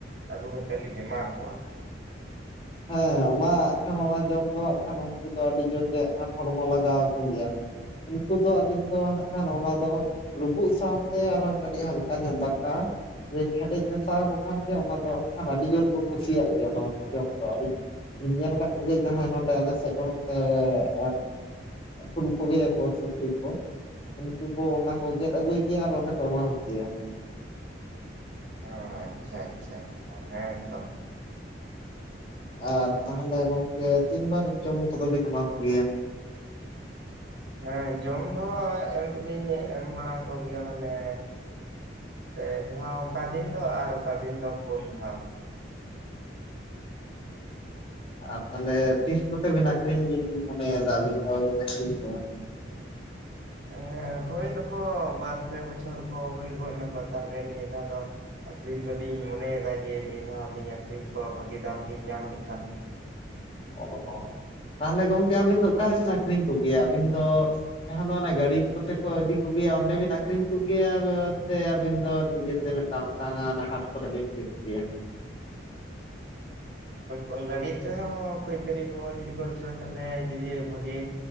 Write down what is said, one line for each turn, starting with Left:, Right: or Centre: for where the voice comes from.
Right: ᱟᱹᱜᱩ ᱠᱟᱛᱮᱫ ᱞᱤᱧ ᱮᱢᱟ ᱠᱚᱣᱟ
Left: ᱦᱮᱸ ᱚᱱᱟ ᱦᱟᱸᱜ ᱠᱷᱟᱱ ᱚᱱᱟ ᱡᱚᱢ ᱫᱚ ᱦᱟᱸᱜ ᱠᱷᱟᱱ ᱩᱱᱠᱩ ᱫᱚ ᱟᱹᱰᱤ ᱡᱳᱨ ᱜᱮ ᱦᱚᱲᱢᱚ ᱞᱟᱜᱟᱣ ᱟᱠᱚ ᱜᱮᱭᱟ ᱩᱱᱠᱩ ᱫᱚ ᱟᱹᱵᱤᱱ ᱫᱚ ᱦᱟᱸᱜ ᱠᱷᱟᱱ ᱚᱱᱟ ᱫᱚ ᱞᱩᱵᱩᱜ ᱥᱟᱶᱛᱮ ᱟᱨᱦᱚᱸ ᱠᱟᱹᱴᱤᱡ ᱦᱟᱞᱠᱟ ᱧᱚᱜ ᱫᱟᱠᱟ ᱵᱤᱱ ᱦᱮᱰᱮᱡ ᱢᱮᱥᱟᱣᱠᱚ ᱠᱷᱟᱱ ᱜᱮ ᱚᱱᱟ ᱫᱚ ᱦᱟᱜ ᱠᱷᱟᱱ ᱟᱹᱰᱤ ᱡᱳᱨ ᱠᱚ ᱠᱩᱥᱤᱭᱟᱜ ᱜᱮᱭᱟ ᱚᱱᱟ ᱫᱚ ᱡᱚᱢ- ᱫᱚ ᱟᱹᱞᱤᱧ ᱞᱤᱧ ᱧᱮᱞ ᱠᱟᱫ ᱠᱚ ᱜᱮᱭᱟ ᱡᱟᱦᱟᱸᱭ ᱱᱚᱰᱮ ᱟᱞᱮ ᱥᱮᱫ ᱠᱷᱚᱱ ᱱᱛᱮ- ᱟᱹᱥᱩᱞ ᱠᱚᱜᱮᱭᱟᱠᱚ ᱥᱩᱠᱨᱤ ᱠᱚ ᱩᱱᱠᱩ ᱠᱚ ᱚᱱᱟ ᱠᱚ ᱜᱮᱫ ᱟᱹᱜᱩᱭ ᱜᱮᱭᱟ ᱟᱨ ᱚᱸᱰᱮ ᱠᱚ ᱮᱢᱟ ᱠᱚᱜᱮᱭᱟ᱾
Right: ᱚ ᱟᱪᱪᱷᱟ ᱟᱪᱪᱷᱟ ᱟᱪᱪᱷᱟ ᱦᱮᱸᱛᱚ
Left: ᱟᱨ ᱛᱟᱦᱚᱞᱮ ᱜᱚᱝᱠᱮ ᱛᱤᱱᱵᱟᱨ ᱡᱚᱢ ᱠᱚᱫᱚ ᱵᱤᱱ ᱮᱢᱟ ᱠᱚᱜᱮᱭᱟ
Right: ᱦᱮᱸ ᱡᱚᱢ ᱫᱚ ᱮᱢ ᱫᱚᱞᱤᱧ ᱮᱢ ᱵᱟᱲᱟ ᱠᱚᱜᱮᱭᱟ ᱢᱟᱱᱮ ᱯᱮ ᱫᱷᱟᱣ ᱚᱠᱟ ᱫᱤᱱ ᱫᱚ ᱟᱨ ᱚᱠᱟ ᱫᱤᱱ ᱫᱚ ᱯᱩᱱ ᱫᱷᱟᱣ <inaudible>
Left: ᱟᱨ ᱛᱟᱦᱚᱞᱮ ᱛᱤᱥ ᱠᱚᱛᱮ ᱵᱤᱱ ᱟᱠᱷᱨᱤᱧ ᱵᱤᱱ ᱢᱚᱱᱮᱭᱮᱫᱟ ᱟᱹᱵᱤᱱ ᱫᱚᱵᱤᱱ ᱟᱠᱷᱨᱤᱧ ᱠᱚᱣᱟ
Right: ᱦᱮᱸ ᱦᱩᱭ ᱱᱟᱠᱚ ᱵᱟᱨ ᱯᱮ ᱵᱚᱪᱷᱚᱨ ᱠᱚ ᱦᱩᱭ ᱜᱚᱫ ᱱᱟᱠᱚ ᱛᱟᱦᱞᱮ ᱱᱤᱭᱟᱹ ᱫᱷᱟᱣ ᱫᱚ ᱟᱠᱷᱨᱤᱧ ᱫᱚᱞᱤᱧ ᱢᱚᱱᱮᱭᱮᱫᱟ ᱡᱮ ᱱᱤᱭᱟᱹ ᱫᱷᱟᱣ ᱞᱤᱧ ᱟᱠᱷᱨᱤᱧ ᱠᱚᱣᱟ ᱵᱷᱟᱜᱤ ᱫᱟᱢ ᱞᱤᱧ ᱧᱟᱢ ᱞᱮᱠᱷᱟᱱ
Left: ᱚ ᱛᱟᱦᱚᱞᱮ ᱜᱚᱝᱠᱮ ᱟᱹᱵᱤᱱ ᱫᱚ ᱚᱠᱟ ᱨᱮᱵᱤᱱ ᱟᱹᱷᱨᱤᱧ ᱠᱚᱜᱮᱭᱟ ᱟᱹᱵᱤᱱ ᱫᱚ ᱡᱟᱦᱟᱸ ᱫᱚ ᱚᱱᱮ ᱜᱟᱹᱲᱤ ᱠᱚᱛᱮ ᱠᱚ ᱤᱫᱤ ᱠᱚᱜᱮᱭᱟ ᱚᱸᱰᱮ ᱵᱤᱱ ᱟᱠᱷᱨᱤᱧ ᱠᱚᱜᱮᱭᱟ ᱥᱮ ᱟᱹᱵᱤᱱ ᱫᱚ ᱱᱤᱡᱮᱛᱮ ᱢᱤᱫᱴᱟᱝ ᱢᱤᱫᱴᱟᱝ ᱦᱟᱴ ᱠᱚᱨᱮ ᱵᱮᱱ ᱤᱫᱤᱠᱣᱭᱟ
Right: ᱦᱮᱸ ᱜᱟᱹᱰᱤ ᱛᱮᱦᱚᱸ ᱯᱟᱹᱭᱠᱟᱹᱨᱤ ᱠᱚ ᱡᱩᱫᱤ ᱠᱚ ᱦᱤᱡᱩᱜᱼᱟ ᱛᱟᱦᱚᱞᱮ ᱡᱩᱫᱤ ᱵᱷᱟᱹᱜᱮ-